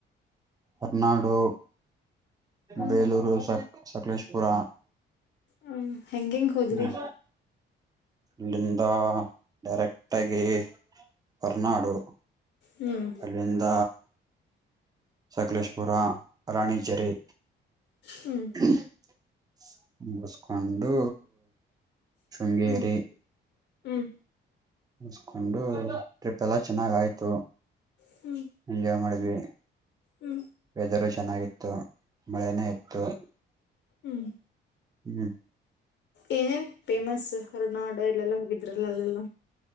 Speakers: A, on the right; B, on the left.
A: ಹೊರನಾಡು
B: ಹ್ಮ್
A: ಬೇಲೂರು ಸಕ್ ಸಕ್ಲೇಶ್ಪುರ
B: ಹ್ಮ ಹೆಂಗೆಂಗ್ ಹೋದ್ರಿ
A: ಹ್ಮ್ ಅಲ್ಲಿಂದ ಡೈರೆಕ್ಟಾಗಿ ಹೊರ್ನಾಡು
B: ಹ್ಮ್
A: ಅಲ್ಲಿಂದ ಸಕಲೇಶ್ಪುರ ರಾಣಿಜೇರಿ
B: ಹ್ಮ್
A: <unintelligible> ಮುಗಸ್ಕೊಂಡು ಶೃಂಗೇರಿ
B: ಹ್ಮ್ ಹ್ಮ್
A: ಮುಗಸ್ಕೊಂಡು ಟ್ರಿಪ್ ಎಲ್ಲ ಚೆನ್ನಾಗ ಆಯ್ತು.
B: ಹ್ಮ್
A: ಎಂಜಾಯ್ ಮಾಡಿದ್ವಿ
B: ಹ್ಮ್
A: ವೆದರು ಚೆನ್ನಾಗಿತ್ತು ಮಳೆನೇ ಇತ್ತು.
B: ಹ್ಮ್
A: ಹ್ಮ್
B: ಏನೇನ್ ಫೇಮಸ್ ಹೊರನಾಡು ಎಲ್ಲೆಲ್ಲಾ ಹೋಗಿದ್ರಲ್ಲ ಅಲ್ಲೆಲ್ಲ